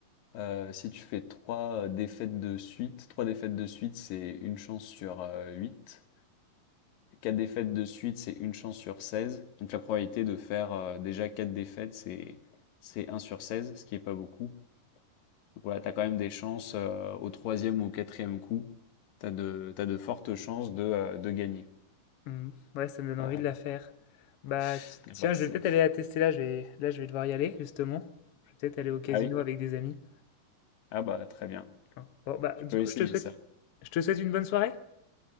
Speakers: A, on the left; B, on the left.
A: Heu, si tu fais 3 défaites de suite, 3 défaites de suite, c'est une chance sur, euh, 8. 4 défaites de suite, c'est une chance sur 16. Donc la probabilité de faire, heu, déjà 4 défaites, c'est c'est un sur 16, ce qui est pas beaucoup. Donc voilà, t'as quand même des chances, heu, au troisième ou au quatrième coup, T'as de t'as de fortes chances de, heu, de gagner.
B: Hmm, ouais, ça me donne envie
A: Heu,
B: de la faire. Bah,
A: <laughs>
B: ti- tiens,
A: bah, c'est
B: je vais peut-être aller la tester là. Je vais, là, je vais devoir y aller, justement. Je vais peut-être aller au casino
A: ah oui?
B: avec des amis.
A: Ah bah, très bien.
B: Hein. Bon, bah,
A: Tu
B: du
A: peux
B: coup,
A: essayer
B: je te souhaite,
A: ça.
B: je te souhaite une bonne soirée.